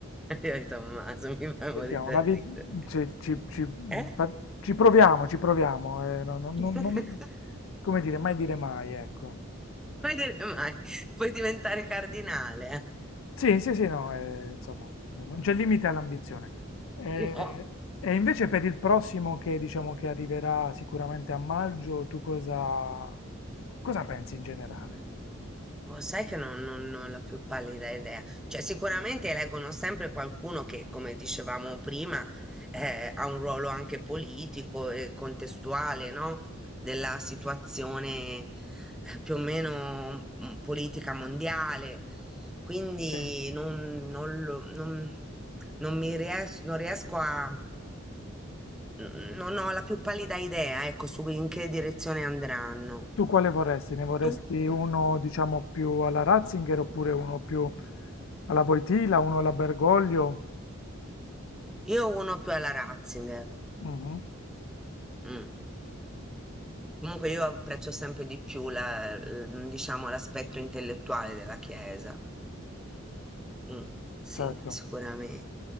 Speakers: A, in the centre; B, on the left.
A: Io e Tommaso mi fa
B: Vediamo,
A: morire da
B: la vi-
A: ridere.
B: ci, ci- ci-
A: Eh?
B: fa- ci proviamo, ci proviamo, eh, no- no- no-
A: <laughs>
B: no- no- come dire, mai dire mai, ecco.
A: Puoi dire mai, puoi diventare cardinale. eh?
B: Sì, sì, sì, no, eh, insomma, eh, non c'è limite all'ambizione. Eh,
A: <laughs> No.
B: E, invece per il prossimo che diciamo che arriverà sicuramente a maggio, tu cosa, cosa pensi in generale?
A: Oh, sai che non, non- non ho la più pallida idea. Cioè, sicuramente eleggono sempre qualcuno che, come dicevamo prima, eh, ha un ruolo anche politico e contestuale, no? della situazione eh, più o meno mm, politica mondiale, quindi
B: Sì.
A: non, non lo- non- non mi ries- non riesco a, n- non ho la più pallida idea, ecco, su in che direzione andranno.
B: Tu quale vorresti? Ne vorresti
A: Tu?
B: uno, diciamo, più alla Ratzinger oppure uno più alla Voitila, uno alla Bergoglio?
A: Io uno più alla Ratzinger.
B: Mhm.
A: mm. Comunque io apprezzo sempre di più la- l- diciamo, l'aspetto intellettuale della Chiesa. Mh, sì,
B: Certo.
A: sicuramente.